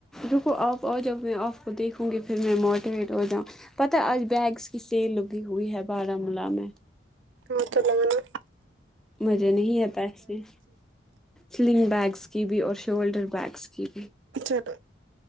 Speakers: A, in the centre; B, on the right.
A: رکو آپ آ جب میں آپ کو دیکھوں گی پھر میں موٹیویٹ ہو جاؤں پتہ آج بیگس کی سیل اگی ہوئی ہے بارہاملہ میں
B: نا تلنگانہ
A: مزے نہیں ہیں پیسے سلنگ بیگس کی بھی اور شولڈر بیگس کی بھی
B: اچھاٹ